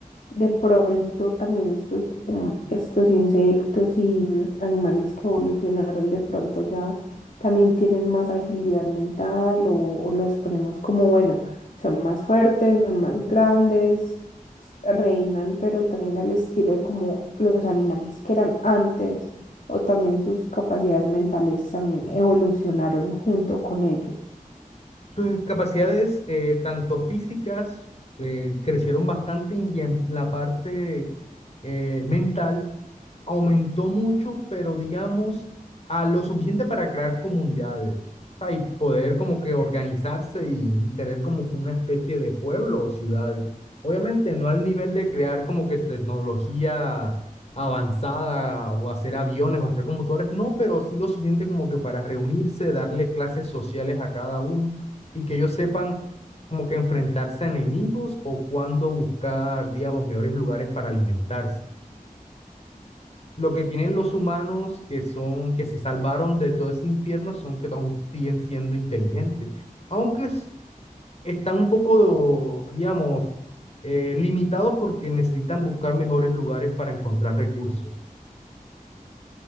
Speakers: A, on the left; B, on the left.
A: de pronto también estos, hum- estos insectos y mm, animales que evolucionaron de pronto ya también tienen más agilidad mental o, o los ponemos como, bueno, son más fuertes, son más grandes, s- reinan, pero también al estilo de como los animales que eran antes o también sus capacidades mentales también evolucionaron junto con ellos.
B: Sus capacidades, eh, tanto físicas, eh, crecieron bastante y en la parte eh, mental aumentó mucho, pero digamos, a lo suficiente para crear comunidades, ah, y poder como que organizarse y tener como que una especie de pueblo o ciudades. Obviamente no al nivel de crear como que tecnología avanzada o hacer aviones o hacer computadores, no, pero sí lo suficiente como que para reunirse, darle clases sociales a cada uno y que ellos sepan como que enfrentarse a enemigos o cuándo buscar, digamos, mejores lugares para alimentarse. Lo que tienen los humanos que son, que se salvaron de todo ese infierno son que aún siguen siendo inteligentes, aunque es- están un poco, digamos, eh, limitados porque necesitan buscar mejores lugares para encontrar recursos.